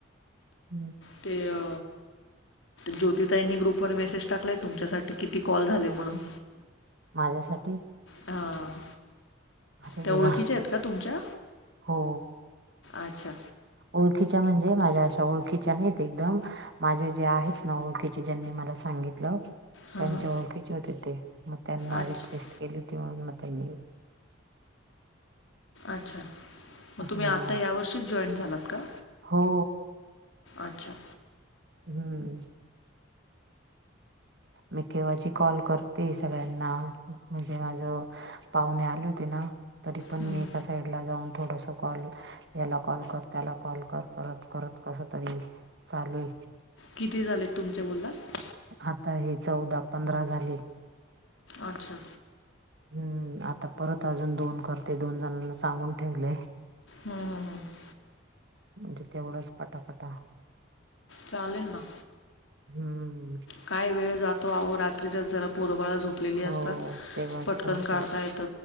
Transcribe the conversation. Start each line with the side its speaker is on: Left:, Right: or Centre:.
Right: हम्म.
Left: ते... अ ज्योतिता यांनी ग्रुपवरर मेसेज टाकलाय. तुमच्यासाठी किती कॉल झाले, म्हणून
Right: माझ्यासाठी?
Left: हां
Right: अरे
Left: त्या,
Right: देवा
Left: ओळखीच्या आहेत का तुमच्या?
Right: हो
Left: अच्छा...
Right: ओळखीच्या म्हणजे? माझ्या अशा ओळखीच्या नाहीत एकदम. माझे जे आहेत ना, ओळखीचे ज्यांनी मला सांगितलं.
Left: हां
Right: त्यांच्या
Left: हां
Right: ओळखीचे होते. ते मग त्यांना
Left: अच्छा
Right: रिक्वेस्ट केली होती, म्हणून म त्यांनी.
Left: अच्छा... मग
Right: हा
Left: तुम्ही आता या वर्षीच जॉईट झालात का?
Right: हो....
Left: अच्छा....
Right: हम्म.... मी केव्हाची कॉल करते. सगळ्यांना, म्हणजे? माझ पाहुणे आले होते ना, तरी पण
Left: हं
Right: मी. साईड ला जाऊन थोडस, कॉल याला कॉल कर, त्याला कॉल कर करत, करत कस तरी. चालूय....
Left: किती झालेत तुमच्या, बोलात.
Right: आता, हे चौदा, पंधरा झाले.
Left: अच्छा....
Right: हम्म... आता परत अजून दोन करते. दोन जणांना सांगून ठेवलेय.
Left: हा... हा... हा
Right: म्हणजे तेवढाच पटापटा
Left: चालेल ना.
Right: हम्म
Left: काय वेळ जातो आहो रात्रीचाच जरा पोरबाळा झोप लेली
Right: हो
Left: असतात
Right: तेव्हाच
Left: पटकन
Right: करता
Left: काढता येत.